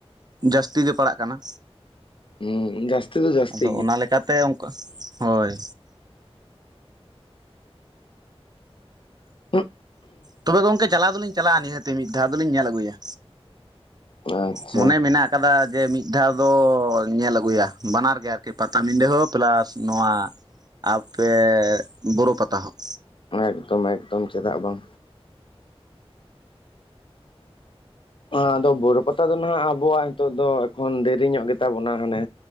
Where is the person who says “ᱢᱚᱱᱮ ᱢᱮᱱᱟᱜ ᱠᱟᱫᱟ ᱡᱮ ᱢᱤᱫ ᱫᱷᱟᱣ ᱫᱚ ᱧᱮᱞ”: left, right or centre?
Right